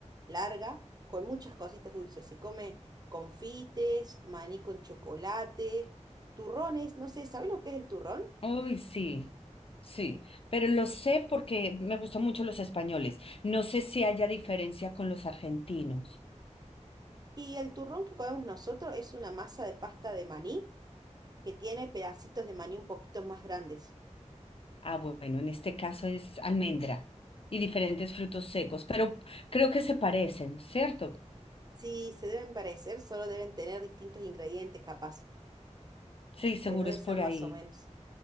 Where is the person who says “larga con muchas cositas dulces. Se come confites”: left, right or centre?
Right